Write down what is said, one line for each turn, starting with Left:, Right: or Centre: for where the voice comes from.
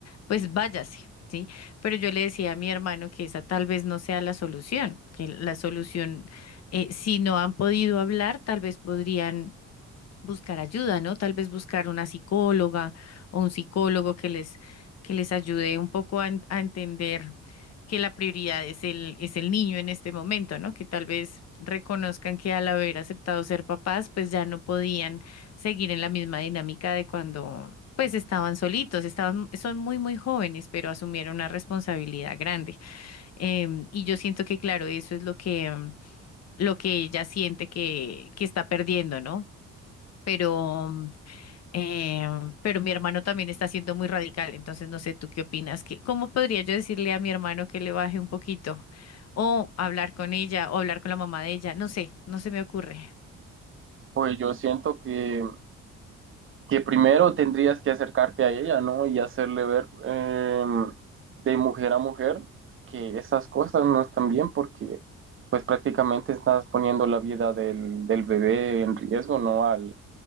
Left: pues váyase, ¿sí? Pero yo le decía a mi hermano que esa tal vez no sea la solución, que la solución, eh, si no han podido hablar, tal vez podrían buscar ayuda, ¿no? Tal vez buscar una psicóloga o un psicólogo que les, que les ayude un poco a, en- a entender que la prioridad es el, es el niño en este momento, ¿no? Que tal vez reconozcan que al haber aceptado ser papás, pues ya no podían seguir en la misma dinámica de cuando, pues estaban solitos, estaban, son muy, muy jóvenes, pero asumieron una responsabilidad grande. Em, y yo siento que, claro, eso es lo que, lo que ella siente que, que está perdiendo, ¿no? Pero eh, pero mi hermano también está siendo muy radical, entonces no sé tú qué opinas, que, ¿cómo podría yo decirle a mi hermano que le baje un poquito? O hablar con ella, o hablar con la mamá de ella, no sé, no se me ocurre.
Right: Pues yo siento que que primero tendrías que acercarte a ella, ¿no? Y hacerle ver eh, de mujer a mujer que esas cosas no están bien porque pues prácticamente estás poniendo la vida del, del bebé en riesgo, ¿no? Al,